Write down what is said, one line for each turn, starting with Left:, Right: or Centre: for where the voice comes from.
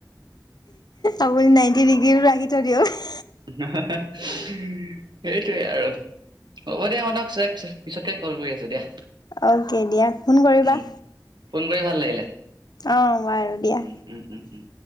Left: আপুনি নাইনটি ডিগ্ৰীটো ৰাখি থৈ দিয়ক।
Right: <unintelligible> হে-হে, সেইটোৱে আৰু হ'ব দিয়া শুনক পিছে-পিছে পিছত <unintelligible> কল কৰি আছোঁ দিয়া।
Left: অকে দিয়া ফোন কৰিবা।
Right: উম ফোন কৰি ভাল লাগিলে।
Left: অ' বাৰু দিয়া।
Right: উম উম উম উম